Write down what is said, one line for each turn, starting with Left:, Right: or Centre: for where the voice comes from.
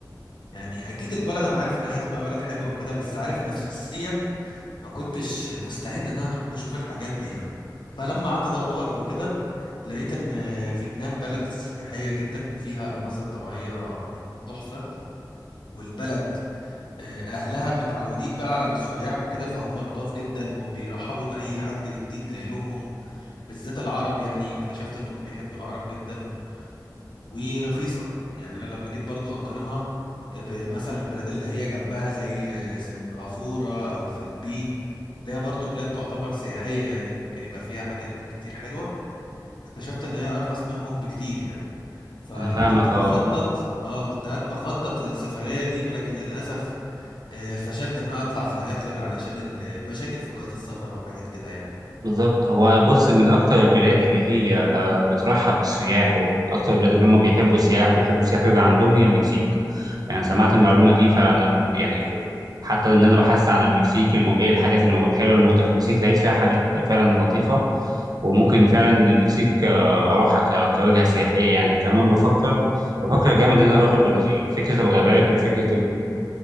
Left: يعني أكيد البلد أنا عارف إن هي هتبقى بلد حلوة وكده بس عارف نفسيا ما كنتش مستعد إن أنا أشوف الحاجات دي يعني فلما قعدت أدور وكده لقيت إن فيتنام بلد سياحية جدا فيها مناظر طبيعية تحفة والبلد آه، أهلها متعودين بقى على السياح وكده فهم لطاف جدا وبيرحبوا بأي حد جديد جاي لهم بالذات العرب يعني اكتشفت إن هم بيحبوا العرب جدا ورخيصه يعني انا لما جيت برضو اقارنها بمثلا البلاد اللي هي جنبها زي سنغافوره او الفلبين اللي هي برضو بلاد تعتبر سياحيه يعني ممكن يبقى فيها حاجات كتير حلوه اكتشفت ان هي ارخص منهم بكتير يعني فكنت
Right: انا فاهمك
Left: بخطط
Right: اه
Left: اه كنت قاعد بخطط للسفريه دي ولكن للاسف آه، فشلت ان انا اطلع في الاخر علشان المشاكل في جوات السفر وحاجات كده يعني
Right: بالظبط هو بص من اكتر البلاد اللي هي آه، بترحب بالسياح واكتر البلاد اللي هم بيحبوا السياح بيحبوا السياح يجي عندهم هي المكسيك يعني سمعت المعلومه دي فانا يعني ك- حتى ان انا بحثت عن المكسيك الم... ايه الحاجات اللي موجوده الحلوه اللي موجوده في المكسيك لقيت فيها حاجات فعلا لطيفه وممكن فعلا المكسيك آه، اروحها ك- كوجهه سياحيه يعني كمان بفكر بفكر جامد ان انا اروح البرازيل فكره الغابات وفكره